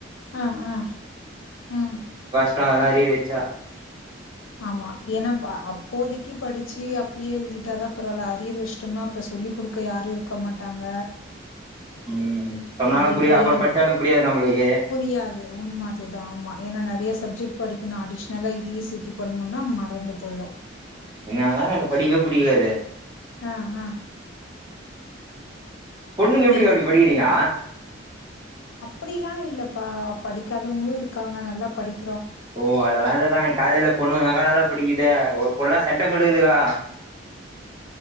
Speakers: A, on the left; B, on the right.
A: ஆ ஆ அ
B: டொ அதெல்லா அரியர் வச்சா
A: ஆமா ஏனா அப்போதைக்கு படிச்சி அப்பயே எழுதிட்டாதா பரவால்ல அரியர் வஷ்டோம்னா அப்றோ சொல்லி குடுக் கு யாரு இருக்க மாட்டாங்க
B: ம் சொன்னாலு
A: அப்படி
B: புரியாது
A: அப்படியே
B: அப்ற படிச்சாலு புரியாது நம்மளுக்கு
A: புரியாது உண்ம அதுதா ஆமா ஏனா நெறைய சப்ஜெக்ட் படிக்கணு அடிஷ்னலா இ தீயு சேத்தி பண்ணூனா மறந்து போயிடு
B: இனால தாங்க்கா என்க்கு படிக்கவே புடிக்காது
A: ஆ ஆ
B: பொண்ணுங்க
A: ஆனா
B: எப்டி கா இப்டி படிக்கிறீங்க
A: அப்படிலா இல்லப்பா படிக்காதவங்களு இருக்காங்க நல்லா படிக்
B: ஓ அதெல்லா இல்லக்கா எங் காலேஜுல பொண்ணுங்க தா கா நல்லா படிக்குதே ஒரு பொண்ணுலா சென்டெம் எடுக்குதுகா